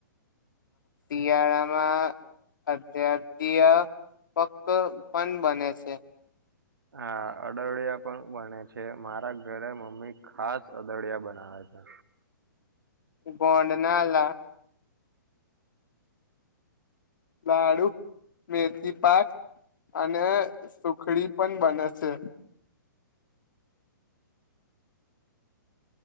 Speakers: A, on the left; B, on the right.
A: શિયાળામાં અધ્યાધ્ય પક પણ બને છે
B: હા અદડિયા પણ બને છે મારા ઘરે મમ્મી ખાસ અદડિયા બનાવે છે
A: બોંડનાાલ લાડુ મેથી પાક અને સુખડી પણ બને છે